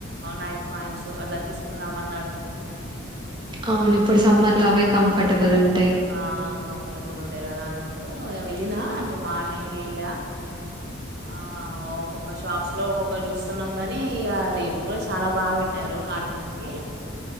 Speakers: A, on the right; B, on the right.
A: night points అట్లా తీసుకుందాం అన్నట్టు
B: అవును ఇప్పుడు సమ్మర్ లో అవే కంఫర్టబుల్ ఉన్
A: ఆ కంఫర్టబుల్ గా ఉంటాయి కదా అన్నట్టు వెళ్ళినా అంటే మార్నింగ్ ఏళ్ళా ఆ ఒక్కొక్క షాప్స్ లో ఒక్కొక్కల్ని చూస్తున్నాం కాని ఇక రేట్లు కూడా చాలా బాగా పెట్ట రు కాటన్ కి